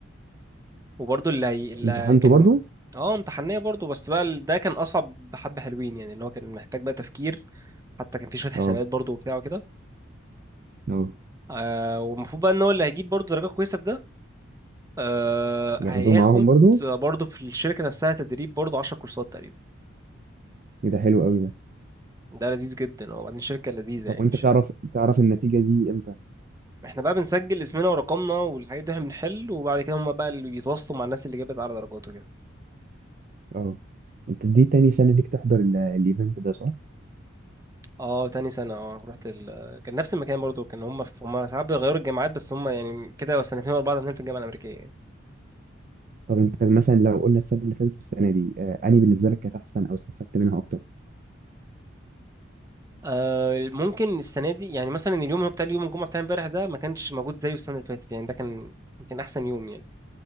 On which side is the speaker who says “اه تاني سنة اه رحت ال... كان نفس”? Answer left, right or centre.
Right